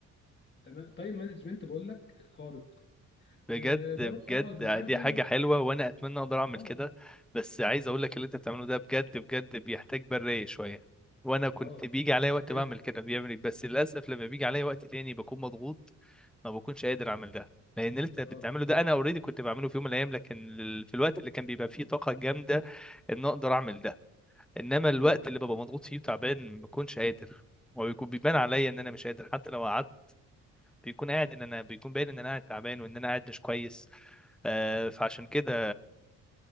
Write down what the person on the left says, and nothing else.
تمام تايم مانجمنت بقول لك خارق
أه بروح
أقعد معاهم
أه
أه
جد
اه
امم
اه